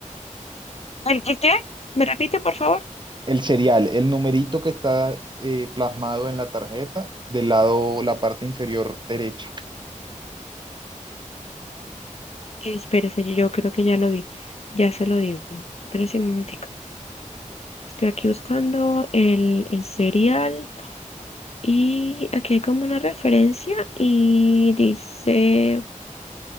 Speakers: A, on the left (about 50°); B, on the right (about 35°).
A: ¿El, el qué? ¿Me repite, por favor?
B: El serial, el numerito que está eh, plasmado en la tarjeta del lado, la parte inferior derecha.
A: Espérese, yo yo creo que ya lo vi. Ya se lo digo. Espérese un momentico. Estoy aquí buscando el, el serial y aquí hay como una referencia y dice,